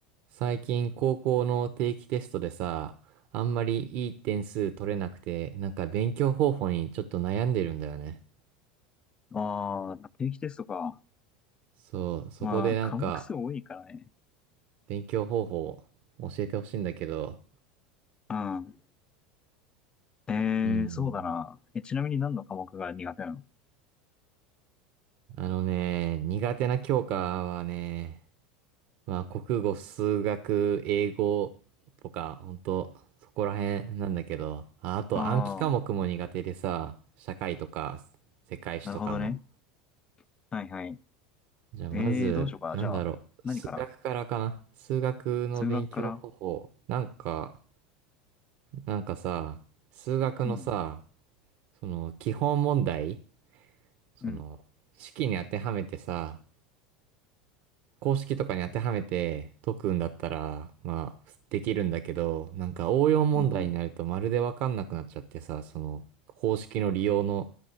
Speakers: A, on the right; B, on the left.
A: 最近高校の定期テストでさ、あんまりいい点数取れなくて、なんか勉強方法にちょっと悩んでるんだよね。
B: ああ、定期テストか。
A: そう、そこでなんか
B: まあ、科目数多いからね。
A: 勉強方法を教えてほしいんだけど、
B: うん。えー、
A: うん。
B: そうだな。え、ちなみに何の科目が苦手なの
A: あのね、苦手な教科はね、まあ国語、数学、英語とか、ほんと、そこら辺なんだけど、ああと暗記科目も苦手でさ、
B: ああー、
A: 社会とか世界史とかの。
B: なるほどね。はいはい。
A: じゃあまず、
B: えー、どうしようかな。
A: なんだろう。
B: じゃあ、何から
A: 数学からかな。数学の勉強方法。
B: 数学から
A: なんか、なんかさ、数学のさ、
B: うん。
A: その基本問題、その式に当てはめてさ、
B: うん。
A: 公式とかに当てはめて解くんだったら、まあ、できるんだけど、なんか応用問題になるとまるでわかんなくなっちゃってさ、
B: うんうん。
A: その公式の利用の